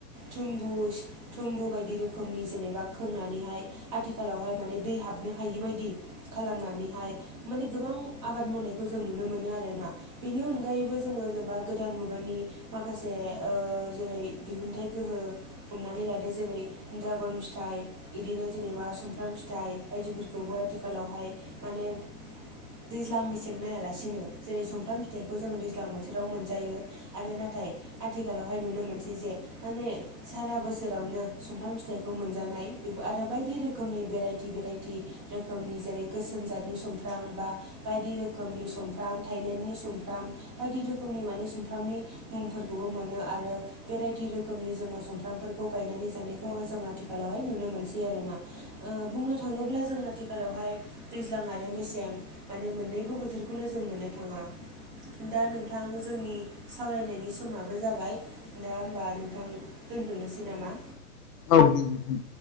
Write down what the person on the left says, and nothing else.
औ दे दे।